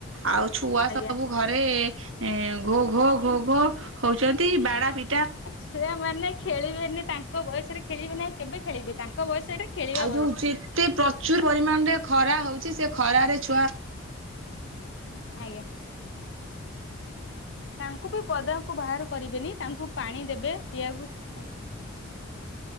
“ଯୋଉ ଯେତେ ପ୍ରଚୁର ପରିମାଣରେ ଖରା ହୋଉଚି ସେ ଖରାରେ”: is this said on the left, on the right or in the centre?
Right